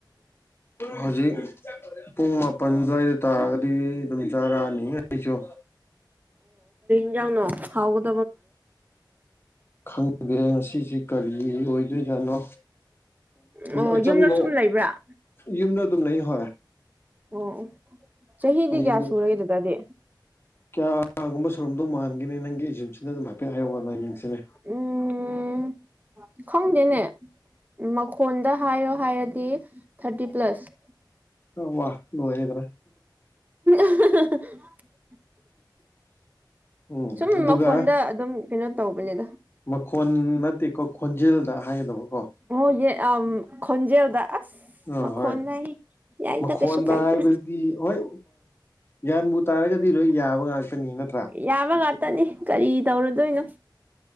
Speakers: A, on the left (about 30°); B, on the right (about 20°).
A: ꯍꯧꯖꯤꯛ ꯄꯨꯡ ꯃꯥꯄꯜ ꯑꯗꯨꯋꯥꯏꯗ ꯇꯥꯔꯒꯗꯤ ꯑꯗꯨꯝ ꯆꯔꯛꯑꯅꯤ ꯍꯥꯏꯖꯣ
B: ꯅꯣ ꯍꯥꯎꯒ
A: ꯈꯪꯒꯦ ꯉꯁꯤꯁꯤ ꯀꯔꯤ ꯑꯣꯏꯗꯣꯏꯖꯥꯠꯅꯣ
B: ꯑꯣ
A: ꯑꯆꯝꯕ
B: ꯌꯨꯝꯗ ꯁꯨꯝ ꯂꯩꯕ꯭ꯔꯥ
A: ꯌꯨꯝꯗ ꯑꯗꯨꯝ ꯂꯩ ꯍꯣꯏ
B: ꯑꯣ ꯆꯍꯤꯗꯤ ꯀꯌꯥ
A: ꯌꯨꯝꯗ
B: ꯁꯨꯔꯒꯦ ꯑꯗꯨꯇꯥꯗꯤ
A: ꯀꯌꯥꯒꯨꯝꯕ ꯁꯣꯔꯨꯝꯗꯣ ꯃꯥꯟꯒꯦꯅꯦ ꯅꯪꯒꯤ ꯑꯦꯖꯝꯁꯤꯅ ꯑꯗꯨꯝ ꯍꯥꯏꯐꯦꯠ ꯍꯥꯏꯔꯑꯣ ꯌꯦꯡꯁꯤꯅꯦ
B: ꯎꯝ ꯈꯪꯗꯦꯅꯦ ꯃꯈꯣꯟꯗ ꯍꯥꯏꯌꯣ ꯍꯥꯏꯔ ꯊꯥꯔꯇꯤ ꯄ꯭ꯂꯁ
A: ꯋꯥ ꯂꯣꯏꯗꯅ
B: <inaudible>
A: ꯎꯝ
B: ꯁꯨꯝ
A: ꯑꯗꯨꯒ
B: ꯃꯈꯣꯟꯗ ꯑꯗꯨꯝ ꯀꯩꯅꯣ ꯇꯧꯕꯅꯤꯗ
A: ꯈꯣꯟ ꯅꯠꯇꯦꯀꯣ ꯈꯣꯟꯖꯦꯜꯗ ꯍꯥꯏꯒꯗꯕ ꯀꯣ
B: ꯑꯣ ꯌꯦ ꯑꯝ ꯈꯣꯟꯖꯦꯜꯗ ꯑꯁ
A: ꯑꯥ
B: ꯃꯈꯣꯟ
A: ꯍꯣꯏ
B: ꯌꯥꯏꯗ
A: ꯃꯈꯣꯟꯗ
B: ꯀꯩꯁꯨ ꯀꯥꯏꯗꯦ
A: ꯍꯥꯏꯕꯗꯤ ꯍꯣꯏ ꯌꯥꯟꯕꯨ ꯇꯥꯔꯒꯗꯤ ꯂꯣꯏ ꯌꯥꯕ ꯉꯥꯛꯇꯅꯤ ꯅꯠ
B: ꯌꯥꯕ ꯉꯥꯛꯇꯅꯤ ꯀꯔꯤ ꯇꯧꯔꯨꯗꯣꯏꯅꯣ